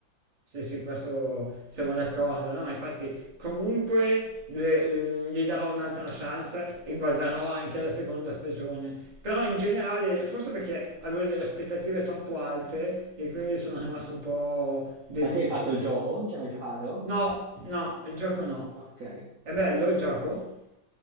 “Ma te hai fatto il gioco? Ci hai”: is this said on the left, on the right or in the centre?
Right